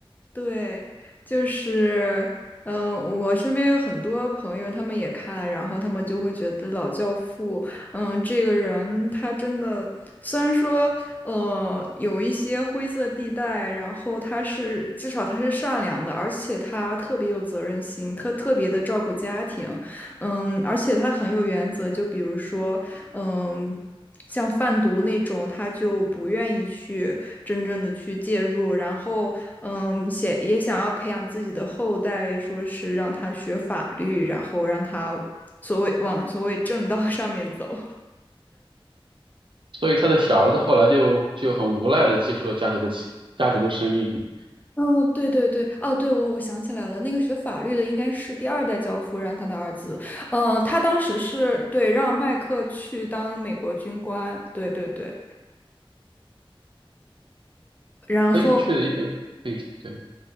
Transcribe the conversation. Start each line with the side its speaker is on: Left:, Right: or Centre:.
Left: 对，就是，嗯、我身边有很多朋友，他们也看，然后他们就会觉得《老教父》，嗯，这个人他真的，虽然说，呃，有一些灰色地带，然后他是至少他是善良的，而且他特别有责任心，他特别的照顾家庭，嗯，而且他很有原则，就比如说，嗯。像贩毒那种，他就不愿意去真正的去介入，然后，嗯，写也想要培养自己的后代，说是让他学法律，然后让他所谓往所谓正道 <laughs> 上面走。
Right: 所以他的小儿子后来就就很无奈的接受了家族的家族的生意。
Left: 哦，对对对，哦，对，我我想起来了，那个学法律的应该是第二代教父让他的儿子，呃，他当时是对让麦克去当美国军官，对对对，然后。
Right: 很有趣的一个背景，对，